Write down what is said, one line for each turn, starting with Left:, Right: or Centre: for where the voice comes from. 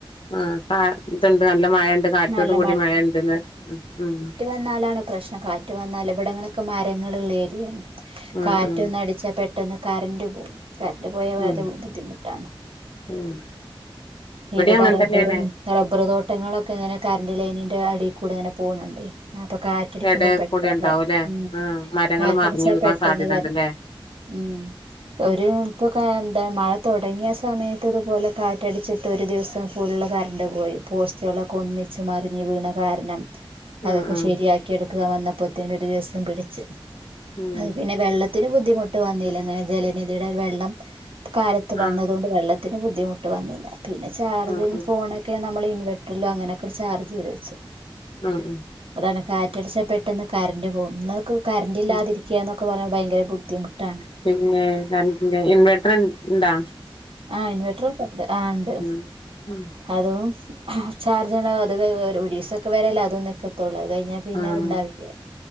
Left: ആ കാ ഇത്ണ്ട് നല്ല മഴ ഉണ്ട് കാറ്റോട്
Right: നല്ല
Left: കൂടി മഴ ഉണ്ട് ന്ന് മ് മ്
Right: എന്നലാണ് പ്രശ്നം കാറ്റ് വന്നാൽ ഇവിടങ്ങളൊക്കെ മരങ്ങളുള്ളേരിയാണ്
Left: ഉം
Right: കാറ്റ്
Left: ഉം
Right: ഒന്നടിച്ച പെ പെട്ടെന്ന് കരന്റ് പോകും കരണ്ട് പോയാൽ വലിയ
Left: ഉം
Right: ബുദ്ധിമുട്ടാണ്
Left: ഉം
Right: ഇവിടെ
Left: അങ്ങനെ
Right: റബ്ബറും
Left: തന്നെയാണ്
Right: റബറ് തോട്ടങ്ങളൊക്കെ ഇങ്ങനെ കറണ്ട് ലൈനിന്റെ അടിയിൽ കൂടെ ഇങ്ങന പോണുണ്ട് അപ്പൊ കാ റ്റടിക്കുമ്പോ
Left: എടെ
Right: പെട്ടെന്ന്
Left: കൂടെ ഉണ്ടാവുംല്ലേ
Right: ഉം
Left: ആഹ് മരങ്ങൾ
Right: കാറ്റടിച്ചാ
Left: മറിഞ്ഞു വീകാൻ
Right: പെട്ടെന്ന്
Left: സാധ്യത
Right: പറണം
Left: ഉണ്ടല്ലേ
Right: ഉം ഒരു ഇപ്പൊ ക എന്ത മഴ തുടങ്ങിയ സമയത്ത് ഇതുപോലെ കാറ്റടിച്ചി ട്ട് ഒരു ദിവസം ഫുള്ള് കറണ്ട് പോയി പോസ്റ്റുകളളൊക്കെ ഒന്നിച്ച് മറിഞ്ഞ് വീണ കാരണം അതൊക്കെ
Left: ഉം ഉം
Right: ശരിയാക്കി എടുത്ത് ക വന്നപ്പോത്തേന ഒരു ദിവസം പിടിച്ച്
Left: ഉം
Right: അത് പിന്നെ വെള്ള ത്തിന് ബുദ്ധിമുട്ട് വന്നില്ല അങ്ങനെ ജലനിധിയുടെ വെള്ളം കാലത്ത് വന്നതുകൊണ്ട്
Left: ആഹ്
Right: വെള്ള ത്തിന് ബുദ്ധിമുട്ട് വന്നില്ല പിന്നെ ചാർജും
Left: ആഹ് ആഹ്
Right: ഫോണൊ ഒക്കെ നമ്മൾ ഇൻവട്ടറില അങ്ങനൊക്കെ ചാർജ് ചെയ്ത് വെച്ച്
Left: ഉം ഉം
Right: അതാണ് കാറ്റടിച്ചാ പെട്ടെന്ന് കറണ്ട് പോകും ന്നൊക്ക് കറന്റില്ലാതിരിക്കുയ
Left: ഉം
Right: എന്നൊക്കെ പറഞ്ഞാൽ ഭയങ്കര ബുദ്ധിമുട്ടാണ്
Left: പിന്നെ കരണ്ടില്ല ഇൻവേർട്ടർ ഉണ്ടാ
Right: ആഹ് ഇൻവെർട്ടർ ഒക്കെ ഉണ്ട് ആഹ് ഉണ്ട്
Left: ഉം ഉം
Right: അതും ചാർജണ അത് കൈ ഒരീസ ഒക്കെ വരല്ല അതുംനിക്കത്തൊള്ളൂ അത് കയ് ഞാ പിന്നെതുണ്ടാവില്ല്യ
Left: ആഹ്